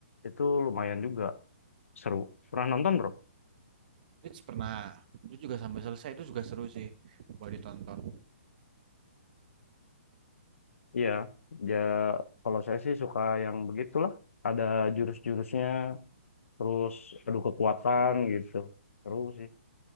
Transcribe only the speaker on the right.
Bleach pernah. Itu juga sampai selesai itu juga seru sih. Boleh ditonton.